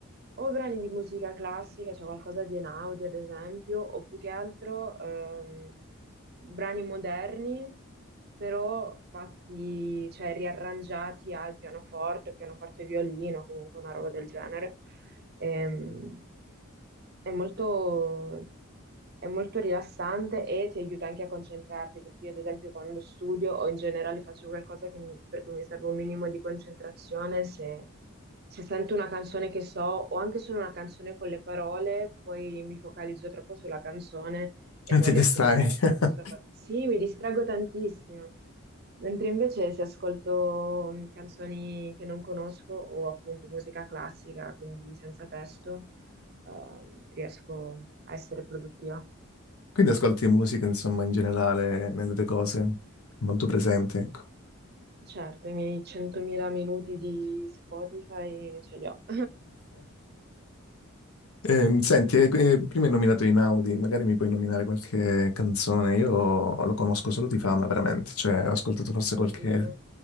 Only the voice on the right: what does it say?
o brani di musica classica, cioè qualcosa di Einaudi, ad esempio, o più che altro ehm, brani moderni, però fatti, cioè riarrangiati al pianoforte, pianoforte e violino, comunque una roba del genere. Ehm, è molto, è molto rilassante e ti aiuta anche a concentrarti, perché io ad esempio quando studio o in generale faccio qualcosa che mi- per cui mi serve un minimo di concentrazione, se, se sento una canzone che so o anche solo una canzone con le parole, poi mi focalizzo troppo sulla canzone e
non
riesco
più a fare
quello che sto facendo. Sì, mi distraggo tantissimo. Mentre invece se ascolto mm, canzoni che non conosco o appunto musica classica, quindi senza testo, eh, riesco a essere produttiva.
Certo, i miei 100.000 minuti di Spotify ce li ho. <laughs>
Oddio.